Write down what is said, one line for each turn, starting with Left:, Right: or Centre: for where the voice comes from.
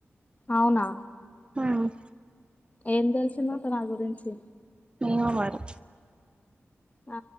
Left: అవునా
Right: ఉమ్
Left: ఎం తెలిసిందంట నా గురించి
Right: ఏమో మరి
Left: ఆ